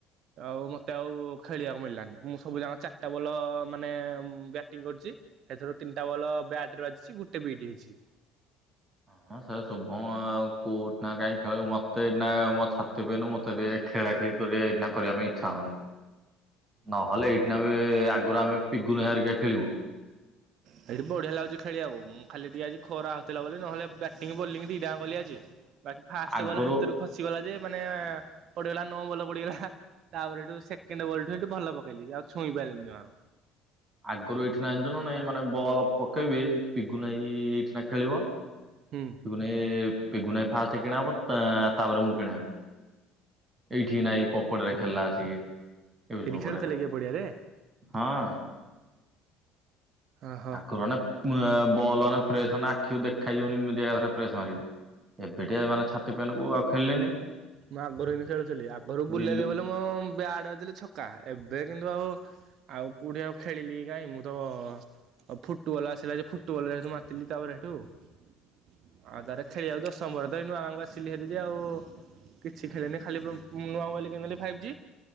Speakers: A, on the right; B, on the right.
A: ଆଉ ମତେ ଆଉ ଖେଳିବାକୁ ମିଳିଲାନି। ମୁଁ ସବୁ ଯାଁକ ଚାରିଟା ବଲ ମାନେ ବ୍ୟାଟିଂ କରିଚି ସେଥର ତିନିଟା ବଲ ବ୍ୟାଟ ରେ ବାଜିିଛି ଗୋଟେଏ ବିଟ୍ ହେଇଛି।
B: ହଁ ସେର୍ ଶୁଭମ କେଉଟ୍ ନାକାହିଁ ଖେଳ ମତେ ନାଁ ମୋ ଛାତି ପେନ୍ ମତେ ଏକ୍। ଖେଳା ଖେଳି କରେ ଏଇନାକ୍ କରିବା ପାଇଁ ଇଚ୍ଛା ହଉନି। ନହେଲେ ଏଇଟ୍ ନାଁ ବି ଆଗରୁ ଆମେ ଫିଗୁନା ହରିକା ଖେଳିବୁ
A: ସେଇଠି ବଢିଆ ଲାଗୁଚି ଖେଳିବାକୁ। ମୁଁ ଖାଲି ଟିକେ ଆଜି ଖରା ହଉଥିଲା ବୋଲି ନହେଲେ ବ୍ୟାଟିଂ ବୋଲିଂ ଦିଇଟା ଜଙ୍କ କଲି ଆଜି ବାକି ଫାଷ୍ଟ
B: ଆଗରୁ
A: ବଲ ହାତରୁ। ଖସିଗଲା ଯେ ମାନେ ପଡିଗଲା ନଅଁ ଭଲ ପଡିଗଲା। ତାପରେ ଏଇଠୁ ସେକେଣ୍ଡ ବଲଟି ଭଲ ପକେଇଲି ଆଉ ଛଇଁପାରଲିିନି ଯମା।
B: ଆଗରୁ ଏଇଠି ନାଁ <unintelligible> ମାନେ ବଲ ପକେଇଲେ ପିଗୁନାଇଁ ଏଇଠି ନାଁ ଖେଳିବ।
A: ହୁଁ।
B: ଗୁନେ ପିଗୁନା ଫାଷ୍ଟ କିଣା ହବ ତା ତାପରେ ମୁଁ କିଣା ହେବି। ଏଇଠି ନାଇଁ ଏଇ ପପଡିରେ ଖେଲା ଆଛିକି <unintelligible>
A: ଏଠି ଖେଳୁଥିଲେ କି ଏ ପଡିଆରେ
B: ହଁ।
A: ଓହୋ।
B: ଆକୁରନା ବଲନା ପ୍ରେସ୍ ମାନେ ଆଖିକୁ ଦେଖା ଯିବନି <unintelligible> ଆଗରେ ପ୍ରେସ୍ ମାରିବି। ଏବେ ଟିଏ ମାନେ ଛାତି ପାନକୁ ଆଉ ଖେଳିଲିନି।
A: ମୁଁ ଆଗରୁ ଏମିତି ଖେଳୁଥିଲି ଆଗରୁ ବୁଲେଇ
B: ନିଲୁ
A: ଦବ ବଲେ ମୁଁ ବିଆଟ୍ ବାଜିଲେ ଛକା ଏବେ କିନ୍ତୁ ଆଉ। ଆଉ କୋଉଠି ଆଉ ଖେଳିଲି କାଇଁ ମୁଁ ତ। ଆଉ ଫୁଟୁ ବଲ ଆସିଲା ଯେ ଫୁଟୁ ବଲ ସେତୁ ମାତିିଲି ତାପରେ ସେଠୁ ଆଉ ଆଉ ତାରେ ଖେଳିବାକୁ ସମୟ ତ ଏଇନୁ <unintelligible> ସିଲେଇ <unintelligible> ଆଉ। କିଛି ଖେଳିନି ଖାଲି ବୁ ମୁଆଉ <unintelligible> ନେଲି ଫାଇଭ୍ ଜି।